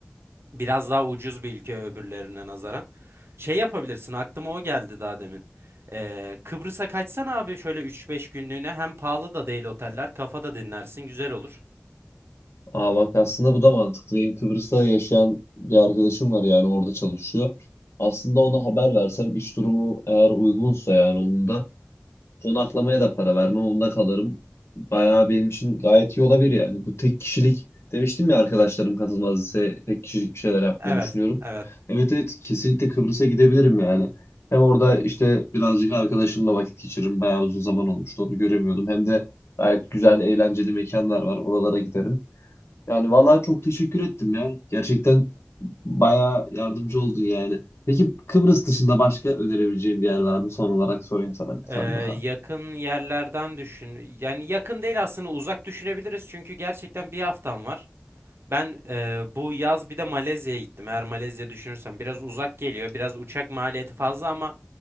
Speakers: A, on the right; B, on the left.
A: Biraz daha ucuz bir ülke öbürlerine nazaran. Şey yapabilirsin aklıma o geldi daha demin. Ee, Kıbrıs'a kaçsan abi şöyle 3-5 günlüğüne hem pahalı da değil oteller kafada dinlersin güzel olur.
B: Aa bak aslında bu da mantıklı. Benim Kıbrıs'ta yaşayan bir arkadaşım var yani orada çalışıyor. Aslında ona haber versem iş durumu eğer uygunsa yani onun da Konaklamaya da para vermem. Onda kalırım. Bayağı benim için gayet iyi olabilir yani. Bu tek kişilik demiştim ya arkadaşlarım katılmaz ise tek kişilik bir şeyler yapmayı
A: Evet,
B: düşünüyorum.
A: evet.
B: Evet evet kesinlikle Kıbrıs'a gidebilirim yani. Hem orada işte birazcık arkadaşımla vakit geçiririm. Bayağı uzun zaman olmuştu onu göremiyordum. Hem de gayet güzel eğlenceli mekanlar var. Oralara giderim. Yani vallahi çok teşekkür ettim ya. Gerçekten bayağı yardımcı oldun yani. Peki Kıbrıs dışında başka önerebileceğim bir yer var mı? Son olarak sorayım sana bir tane
A: Ee,
B: daha.
A: yakın yerlerden düşün. Yani yakın değil aslında uzak düşünebiliriz çünkü gerçekten bir haftan var. Ben eee, bu yaz bir de Malezya'ya gittim. Eğer Malezya düşünürsem biraz uzak geliyor. Biraz uçak maliyeti fazla ama